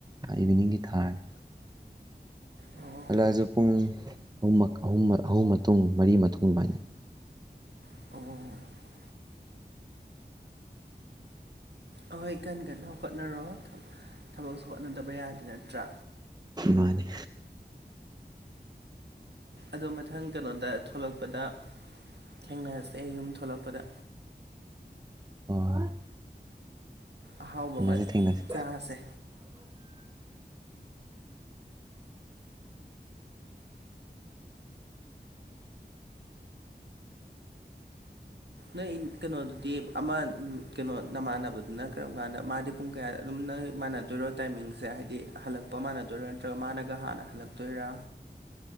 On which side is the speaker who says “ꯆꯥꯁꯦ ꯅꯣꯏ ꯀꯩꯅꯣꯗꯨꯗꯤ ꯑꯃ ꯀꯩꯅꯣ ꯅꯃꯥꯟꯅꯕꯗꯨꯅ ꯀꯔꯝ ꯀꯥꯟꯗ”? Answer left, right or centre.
Right